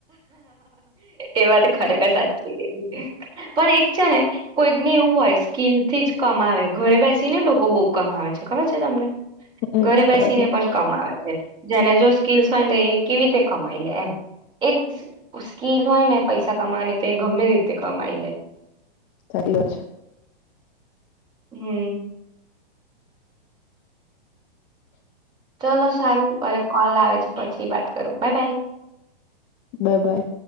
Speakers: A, on the right (about 15°); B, on the left (about 20°).
A: એ વાત ખરેખર સાચી કીધી પણ એક છે ને કોઈ ને એવું હોય સ્કીલથી જ કમાવે. ઘરે બેસીને લોકો બોઉ કમાવે છે ખબર છે તમને?
B: હમ
A: ઘરે
B: ખબર
A: બેસીને
B: છે
A: પણ કમાવાય છે. જેને જો સ્કીલ્સ હોય ન તો એ કેવી રીતે કમાઈ લે એમ. એક સ્ક-સ્ક-સ્કીલ હોય ને પૈસા કમાવાની તો એ ગમે રીતે કમાઈ લે.
B: સાથી વાત છે.
A: હમ્મ. ચલો સારું મારે કોલ આવે છે પછી વાત કરું. બા- બાય.
B: બા-બાય.